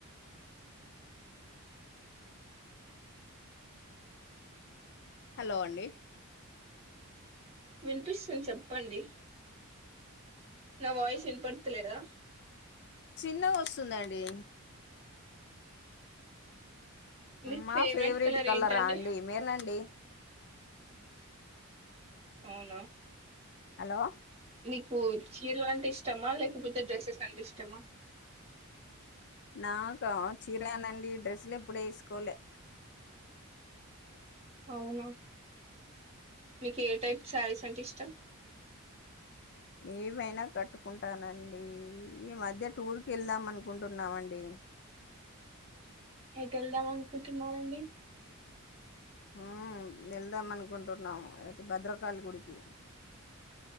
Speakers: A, on the left (about 50°); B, on the right (about 30°).
A: హలో అండి
B: వినిపిస్తుంది చెప్పండి నా వయిస్ ఇనపడతాలేదా
A: చిన్నగా వస్తుందండి
B: మీ
A: మా ఫేవరెట్
B: కలర్
A: కలరా
B: ఏంటండి
A: అండి మెరూన్ అండి
B: అవునా
A: హలో
B: నీకు చీరలు అంటే ఇష్టమా లేకపోతే డ్రెస్సెస్ అంటే ఇష్టమా
A: నాక చిరలేనండి డ్రెస్సులు ఎప్పుడు వేసుకోలే
B: అవునా మీకు ఏ టైప్ శారీస్ అంటే ఇష్టం
A: ఏమైనా కట్టుకుంటానండి ఈ మధ్య టూర్కి వెళ్దాం అనుకుంటున్నామండి
B: ఎటు వెళ్దాం అనుకుంటున్నారండి
A: హ వెళ్దాం అనుకుంటున్నాము భద్రకాళి గుడికి